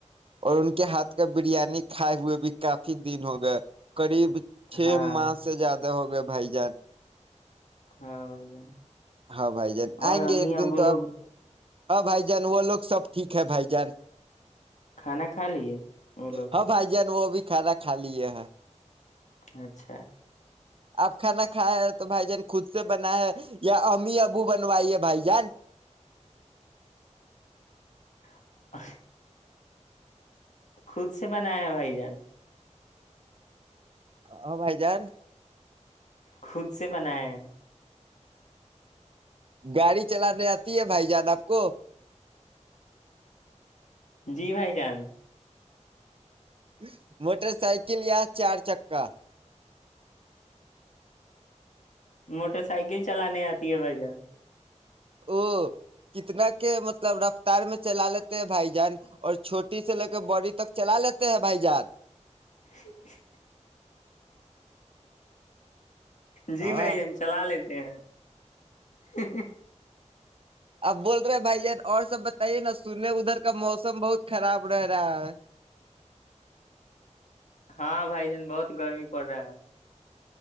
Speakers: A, on the right (about 50°); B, on the left (about 75°).
A: اور ان کے ہاتھ کا بریانی کھائے ہوئے بھی کافی دن ہو گیا قریب چھ
B: ہاں
A: ماہ سے زیادہ ہو گئے بھائی جان
B: ہاں بھائی جان
A: ہاں بھائی جان
B: اور
A: آئیں
B: امی
A: گے ایک
B: ابو
A: دن تو
B: لوگ
A: آپ ہاں بھائی جان وہ لوگ سب ٹھیک ہے بھائی جان
B: کھانا کھا لیے وہ لوگ
A: ہاں بھائی جان وہ بھی کھدا کھا لیے ہے
B: اچھا
A: آپ کھانا کھائے ہے تو بھائی جان خود سے بنا ہے یا امی ابو بنوائیے بھائی جان
B: <unintelligible> خود سے ب ن ہے بھائی جان
A: ہاں بھائی جان
B: خود سے بناائے
A: گاڑی چلانے آتی ہے بھائی جیادہ ک
B: جی بھائی جان
A: م <unintelligible> موٹر سائکل یا چار چک ککا <unintelligible>
B: موٹر سائیکل چلانے آتی ہے بھائی جان
A: او کتنا کے مطلب رفتار میں چلا لیتے ہیں بھائی جان اور چھوٹی سے لے کے بڑی تک چلا لیتے ہیں بھائی جان
B: <unintelligible> جی
A: ہاں
B: بھائی جین چلا لیتے ہیں <unintelligible>
A: اب بول رہے بھائی جان اور سب بتائیے نا سننے ادھر کا موسم بہت خراب رہ رہا ہے
B: ہاں بھائی جان بہت گرمی پڑ رہا ہے